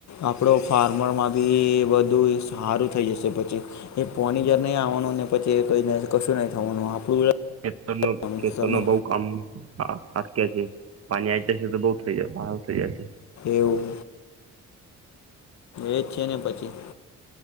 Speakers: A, on the left; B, on the right.
A: આપડ ફાર્મરમાં બી એ બધું સારું થઈ જશે પછી, એ પોની જર નહીં આવવાનું ને પછી કશું નહી થવાનું આપણું.
B: ખેતર ન
A: વાનું
B: ખેતર
A: તમને
B: ન બહ કામ હા. અટકે છે, પાણી આવી જશે તો બઉુ થઈ જ બાર થઈ જશે.
A: એવું, એજ છે ને પછી.